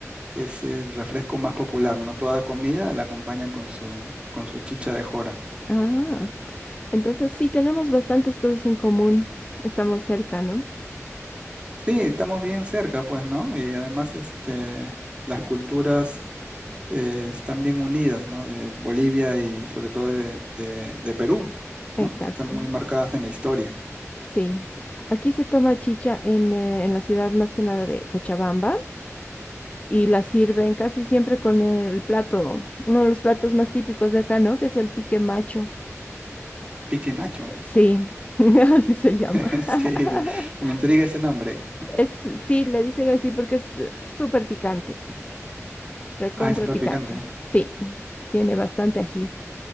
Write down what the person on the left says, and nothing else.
Ah, entonces sí tenemos bastantes cosas en común, estamos cerca, ¿no?
Exacto.
Sí, aquí se toma chicha en, eh, en la ciudad más que nada de Cochabamba. y la sirven casi siempre con el plato, uno de los platos más típicos de acá, ¿no? Que es el pique macho.
Sí, <laughs> así se llama.
<laughs>
Es, sí, le dicen así porque es eh, súper picante, recontra
picante.
Sí, tiene bastante ají.